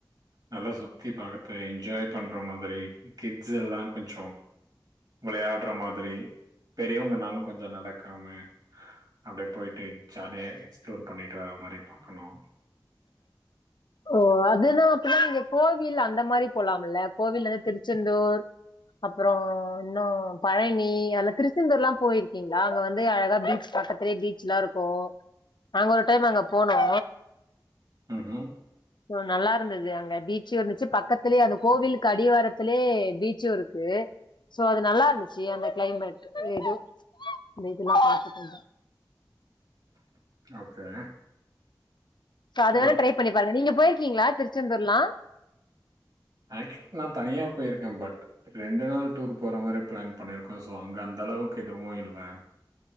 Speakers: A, on the right (about 60°); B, on the left (about 70°).
A: நல்ல சுத் தி பாத்து என்ஜாய் பண்ற மாதிரி கிட்ஸ் எல்லா கொஞ்ச விளையாடற மாதிரி பெரியவங்கனாலு கொஞ்ச நடக்காம அப்டி போயிட்டு ஜாலியா எக்ஸ்ப்ளோர் பண்ணிட்டு வர மாரி பாக்கணு
B: ஓ அதுனா அப்பின்னா நீங்க கோவில் அந்த மாரி போலாமல்ல கோவில் எதா திருச்செந்தூர் அப்பறொ இன்னு பழனி அதலா திருச்செந்தூர்லா போயிருக்கிங்களா அங்க வந்து அழகா பீச் பக்கத்துலயே பீச் எல்லா இருக்கு நாங்க ஒரு டைம் அங்க போனோ
A: ம் ம்
B: நல்லா இருந்துது அங்க பீச்சு இருந்துச்சு பக்கத்லயே அந்த கோவிலுக்கு அடிவாரத்திலே பீச்சு இருக்கு சோ அது நல்லா இருந்துச்சு அந்த கிளைமேட் ஏது அந்த இதெல்லா பாத்துட் வந்தோ
A: ஓகே
B: சோ அது
A: பட்
B: வேணா ட்ரை பண்ணி பாருங்க நீங்க போயிருக்கிங்ளா திருச்செந்தூர்லா
A: ஆக்சுவலி நா தனியா போயிருக்கே பட் ரெண்டு நாள் டூர் போற மாரி ப்ளான் பண்ணிருக்கோ சோ அங்க அந்த அளவுக்கு எதுவு இல்ல